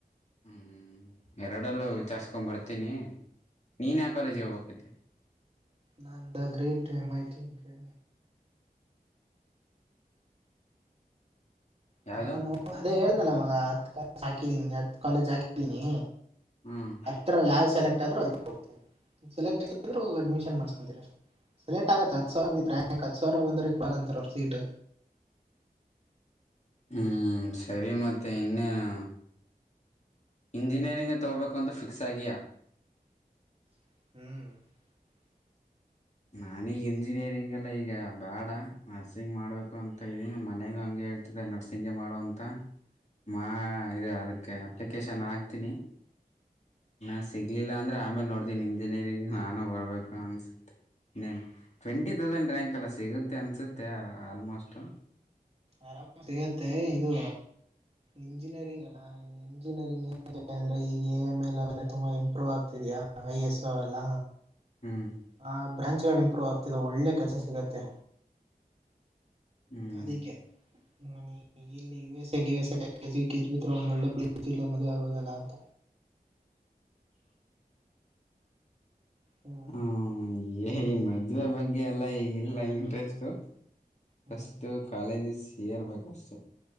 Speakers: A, on the left; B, on the right.
A: ಹ್ಮ್ ಎರಡಲ್ಲೂ ವಿಚಾರ್ಸ್ಕೊಂಡ್ ಬರ್ತೀನಿ ನೀನು ಯಾವ್ ಕಾಲೇಜುಗೊಗ್ತಿದೆ <unintelligible>
B: ನಾನ್ ದ ಗ್ರೇಟ್ <unintelligible>
A: ನಾನು
B: ಹ ಅದೇ ಹೇಳ್ದಲ್ಲ ಮಗ ಹತ್ ಕ ಹಾಕಿದೀನಿ ಹತ್ ಕಾಲೇಜ್ ಹಾಕಿದೀನಿ
A: ಹ್ಮ್
B: ಹತ್ತಾ ಸೆಲೆಕ್ಟ್ ಆದ್ರರು ಅದುಕೆ ಸೆಲೆಟ್ ಅಡ್ಮಿಷನ್ ಮಾಡಸ್ಕೊಂತರ ಲೇಟ್ ಆಗತ್ತ ಹತ್ ಸಾವಿರ ಬತ್ಂಕ್ ಹತ್ ಸಾವಿರ ಬಂದ್ರ ಬಂತಾರ ಸೀಟ್
A: ಹ್ಮ್ ಸರಿ ಮತ್ತೆ ಇನ್ನೇನು ಇಂಜಿನಿಯರಿಂಗ್ಗೆ ತಗೋಬೇಕು ಅಂತ ಫಿಕ್ಸ್ ಆಗಿ
B: <inaudible>
A: ನಾನೀಗ ಇಂಜಿನಿಯರಿಂಗ್ ಎಲ್ಲ ಈಗ ಬೇಡ ನರ್ಸಿಂಗ್ ಮಾಡ್ಬೇಕು ಅಂತ ಇದಿ ಮನೆಗ ಹಂಗೆ ಹೇಳ್ತ ನರ್ಸಿಂಗಗೆ ಮಾಡುವ ಅಂತ ಮಾ ಇದು ಅದಕ್ಕೆ ಅಪ್ಲಿಕೇಶನ್ ಹಾಕ್ತೀನಿ ನ ಸಿಗ್ಲಿಲ್ಲ ಅಂದ್ರೆ ಆಮೇಲ್ ನೋಡ್ತೀನಿ ಇಂಜಿನಿಯರಿಂಗ್ ನಾನು ಬರ್ಬೇಕು ಅನ್ಸುತ್ತೆ ನೀನ್ ಟ್ವೆಂಟಿ <unintelligible> ಡ್ ರ್ಯಾಂಕ್ ಎಲ್ಲ ಸಿಗುತ್ತೆ ಅನ್ಸುತ್ತೆ <unintelligible> ಆಲ್ಮೋಸ್ಟ್
B: ಆರಾಮ ಸಿಗತ್ತೆ ಇದು ಇಂಜಿನಿಯರಿಂಗ್ <unintelligible> ಲ್ಲಾ ಇಂಜಿನಿಯರಿಂಗಂದ್ರ ಈಗೆ ಮ್ಮೆಲ್ ಅವೆಲ್ಲ ತುಂಬಾ ಇಂಪ್ರೂವ್ ಆಗ್ತಿದಯಾ ಐ ಎಸ್ ಅವೆಲ್ಲ
A: ಹ್ಮ್
B: ಹ ಬ್ರಾಂಚ್ಗಳು ಇಂಪ್ರೂವ್ ಆಗ್ತಿದೆ ಒಳ್ಳೆ ಕೆಲ್ಸ ಸಿಗತ್ತೆ
A: ಹ್ಮ್
B: ಅದಕ್ಕೆ
A: <inaudible>
B: ನಾನು <unintelligible> ಮದುವೆ ಆದಲ್ಲ ಅಂತ
A: <inaudible>
B: ಹ್ಮ್
A: ಹ ಏ ಈ ಮದುವೆ ಬಗ್ಗೆ ಎಲ್ಲ ಈಗಿಲ್ಲ ಇಂಟ್ರೆಸ್ಟ್
B: ಹ್ಮ್
A: ಬಸ್ಟ್ ಕಾಲೇಜಸ್ ಏರ್ಬೇಕುಅಷ್ಟೆ